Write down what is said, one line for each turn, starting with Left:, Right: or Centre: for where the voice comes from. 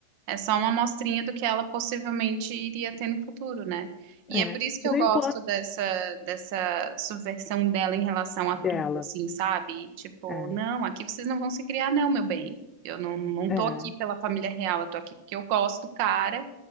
Right: é só uma amostrinha do que ela possivelmente iria ter no futuro, né? E
Left: é,
Right: é por
Left: é.
Right: isso que
Left: E
Right: eu
Left: não
Right: gosto
Left: importa
Right: dessa, dessa subversão dela em relação a
Left: dela.
Right: tudo, assim, sabe? Tipo,
Left: É,
Right: não, aqui vocês não vão se criar, não, meu bem. Eu não, não
Left: é,
Right: tô
Left: é,
Right: aqui pela família real, eu tô aqui porque eu gosto do cara